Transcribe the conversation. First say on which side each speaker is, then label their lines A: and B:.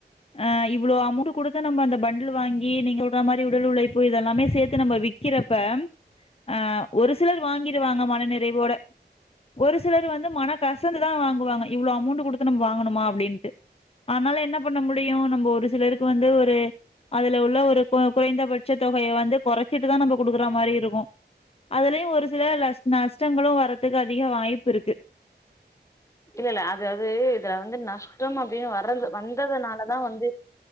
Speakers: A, on the left (about 35°); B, on the left (about 15°).
A: அ இவ்ளோ அமௌண்ட் கொடுத்த நம்ம அந்த பண்டில் வாங்கி நீங்க சொடுற மாரி உடல் உழைப்பு இதெல்லாமே சேர்த்து நம்ம விக்கிறப்ப
B: <inaudible>
A: ஆ ஒரு சிலர் வாங்கிருவாங்க மன நிறைவோட ஒரு சிலர் வந்து மன கசப் புவாங்க இவ்ளோ அமௌண்ட் குடுத்து நம்ம வாங்கனுமா அப்டின்ட்டு ஆனால என்ன பண்ண முடியு நம்ம ஒரு சிலருக்கு வந்து ஒரு அதுல உள்ள ஒரு கு குறைந்தபட்ச தொகையை வந்து கொறைச்சிட்டுதா நம்ம குடுக்குற மாரி இருக்கு அதுலயு ஒரு சில லஷ் நஷ்டங்களு வர்றதுக்கு அதிக வாய்ப்பு இருக்கு.
B: இல்ல இல்ல அதாது இதுல வந்து நஷ்டம் அப்டின்னு வரது வந்ததுனாலதா வந்து